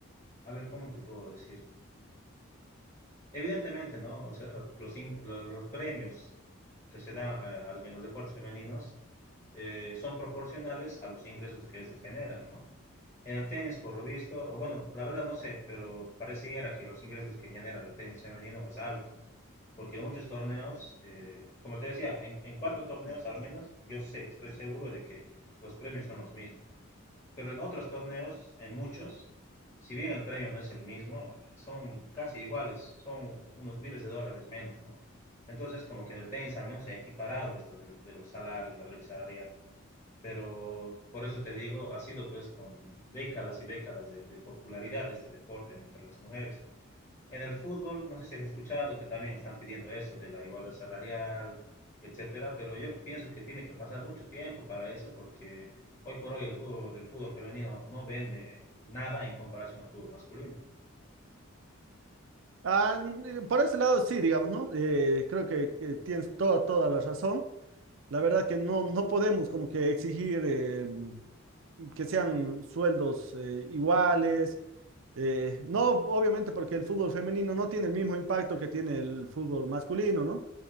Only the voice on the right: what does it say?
Ah, n- por ese lado sí, digamos, ¿no? Eh, creo que, que tienes toda, toda la razón. La verdad que no, no podemos como que exigir eh, que sean sueldos eh, iguales. eh, no, obviamente porque el fútbol femenino no tiene el mismo impacto que tiene el fútbol masculino, ¿no?